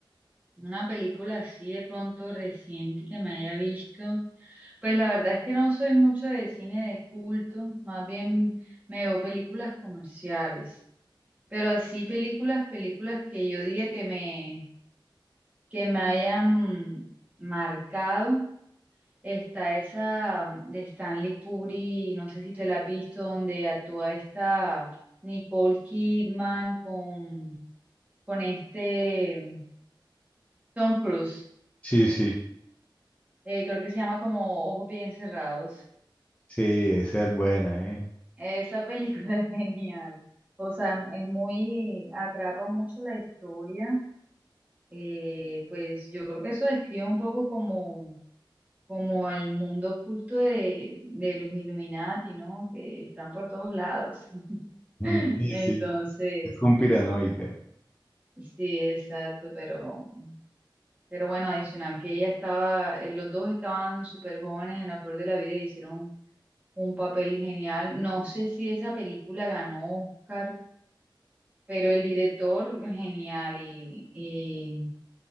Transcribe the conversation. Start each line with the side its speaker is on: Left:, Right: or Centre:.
Right: Una película así de pronto reciente que me haya visto. Pues la verdad es que no soy mucho de cine de culto, más bien me veo películas comerciales, pero así películas, películas que yo diga que me, que me hayan marcado. Está esa mm, de Stanley Kubrick, no sé si te la has visto, donde actúa esta Nicole Kidman con, con este mm, Tom Cruise.
Left: Sí, sí,
Right: Eh, creo que se llama como Ojos Bien Cerrados.
Left: sí, esa es buena, ¿eh?
Right: Esa película <laughs> es genial. O sea, es, es muy, atrapa mucho la historia. Eh, pues yo creo que eso describe un poco como, como el mundo oculto de, de los Illuminati, ¿no? Que están por todos lados.
Left: <laughs>
Right: <laughs>
Left: Sí,
Right: Entonces,
Left: sí, es conspiranoica.
Right: sí, exacto, pero, pero bueno, adicional que ella estaba, eh, los dos estaban súper jóvenes en la flor de la vida y hicieron un papel genial. No sé si esa película ganó Oscar, pero el director genial y, y,